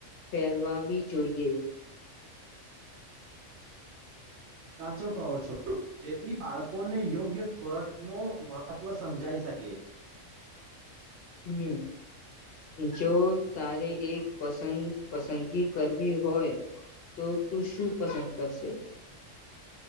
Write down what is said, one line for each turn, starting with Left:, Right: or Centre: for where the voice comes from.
Left: ફેલવાવી જોઈએ.
Right: સાચો કહો છો, જેથી બાળકોને યોગ્ય ખોરાકનું મહત્વ સમજાઈ શકે.
Left: હમ જો તારે એક પસંદ પસંદગી કરવી, હોય તો તું શું પસંદ કરશે,